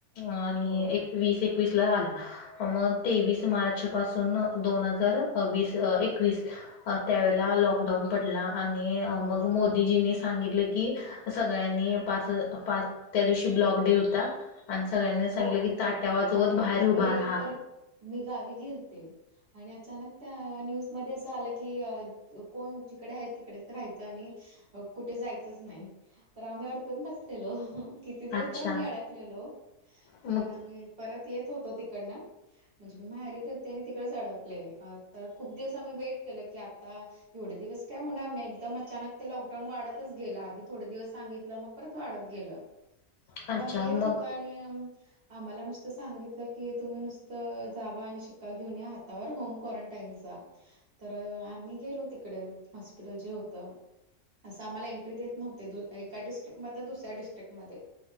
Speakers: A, on the left; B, on the right.
A: आणि
B: हो
A: एक वीस एकवीस ला आला मग तेवीस मार्च पासून दोन हजार वस एकवीस त्यावेळेला लॉकडाऊन पडला आणि मग
B: हो
A: मोदी मोदिजीनी सांगितलं की सगळ्यांनी पाच त्या दिवशी ब्लॉक डे होता आणि सगळ्यांनी सांगितले
B: हो
A: की ताट्या
B: जी
A: वाजवत
B: आणि
A: बाहेर
B: मी
A: उभा राहा
B: तर मी गावी गेलते आणि अचानक त्या न्यूजमध्येध्ये असं आलं की कोण जिकडे आहेत तिकडेच राहायचं आणि कुठे जायचंच नाही तर आम्ही अडकून बस बसलेलो किती दिवस
A: अच्छा
B: तर आम्ही अडकलेलो
A: मग
B: तर आम्ही परत येत होतो तिकडन म्हणजे मी माहेरी गेले होते आणि तिकडेच अडकले तर खूप दिवस आम्ही वेट केलं की आता एवढे दिवस काय होणार नाही अचानक ते लॉकडाऊन वाढतच गेलं आधी थोडे दिवस सांगितलं मग परत वाढत गेलं
A: अच्छा
B: तर आम्ही येत
A: मग
B: होत आणि आम्हाला नुसतं सांगितलं की तुम्ही नुसतं जावा आणि शिक्का घेऊन या हातावर होम क्वारंटाईनचा तर आम्ही गेलो तिकडे हॉस्पिटल जे होतं असं आम्हाला एंट्री देत नव्हते एकाडिस्ट्रिकट मध दुसऱ्या डस्ट्रिकटमध्ये